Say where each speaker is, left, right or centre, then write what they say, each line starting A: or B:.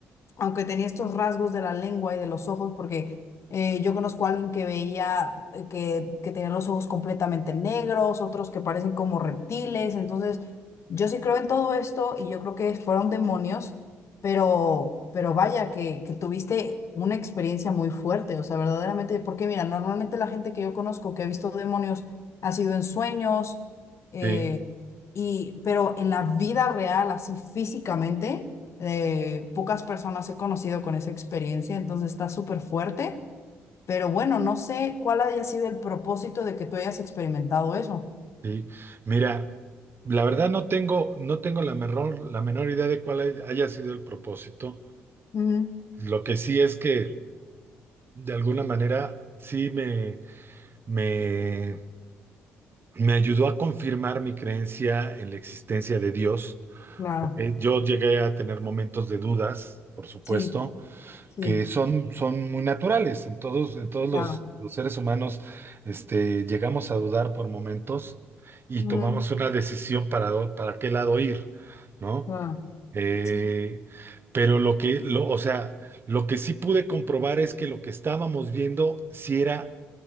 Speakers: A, on the left (about 45°); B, on the right (about 35°).
A: aunque tenía estos rasgos de la lengua y de los ojos, porque eh, yo conozco a alguien que veía eh, que, que tenía los ojos completamente negros, otros que parecen como reptiles, entonces yo sí creo en todo esto y yo creo que fueron demonios, pero, pero vaya, que, que tuviste una experiencia muy fuerte, o sea, verdaderamente, porque mira, normalmente la gente que yo conozco que ha visto demonios ha sido en sueños, eh,
B: sí,
A: y, pero en la vida real, así físicamente, eh, pocas personas he conocido con esa experiencia, entonces está súper fuerte. Pero bueno, no sé cuál haya sido el propósito de que tú hayas experimentado eso.
B: sí. Mira, la verdad no tengo, no tengo la menor, la menor idea de cuál hay- haya sido el propósito.
A: Ujú,
B: Lo que sí es que de alguna manera sí me, me, me ayudó a confirmar mi creencia en la existencia de Dios
A: claro,
B: Eh, yo llegué a tener momentos de dudas, por supuesto,
A: sí, sí,
B: que son, son muy naturales. En todos, en todos los,
A: claro.
B: los seres humanos, este, llegamos a dudar por momentos y
A: Ujú,
B: tomamos una decisión para, do- para qué lado ir, ¿no?
A: claro,
B: Eh,
A: sí,
B: pero lo que, lo- o sea, lo que sí pude comprobar es que lo que estábamos viendo sí era